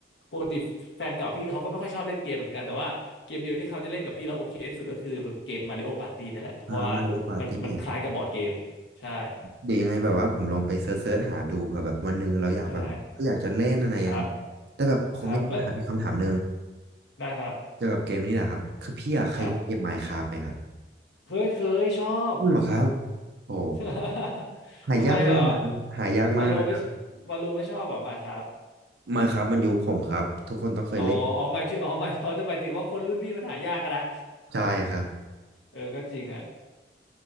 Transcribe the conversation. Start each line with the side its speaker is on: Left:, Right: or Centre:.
Left: ปกติแฟนเก่าพี่เขาก็ไม่ค่อยชอบเล่นเกมเหมือนกันแต่ว่าเกมเดียวที่เขาจะเล่นกับพี่แล้วโอเคที่สุดก็คือเกมมาริโอปาร์ตี้นี่แหละเพราะว่ามันมันคล้ายกับบอร์ดเกมใช่
Right: อ่ามาริโอปาร์ตี้เดี๋ยวยังไงแบบว่าผมลองไปเซิร์ชๆหาดูเผื่อแบบวันหนึ่งเราอยากแบบก็อยากจะเล่นอะไรอะครับแต่แบบผมมีคำถามอีกคำถามหนึ่ง
Left: ใช่ครับครับและได้ครับ
Right: เกี่ยวกับเกมนี่แหละครับคือพี่อะเคยเล่นเกม
Left: ครับ
Right: Minecraft ไหมครับ
Left: เคยเคยชอบ
Right: จริงเหรอครับโอ้
Left: <laughs>
Right: หายากมากนะครับหายากมากนะ
Left: ทำไมเหรอวาโลไม่วาโลไม่ชอบเหรอหมายครับ
Right: ไมน์ครับมันยุคผมครับทุกคนต้องเคยเล่น
Left: อ๋ออ๋อหมายถึงอ๋อหมายเขาจะหมายถึงว่าคนรุ่นพี่มันหายากอะนะ
Right: ใช่ครับ
Left: เออก็จริงอะ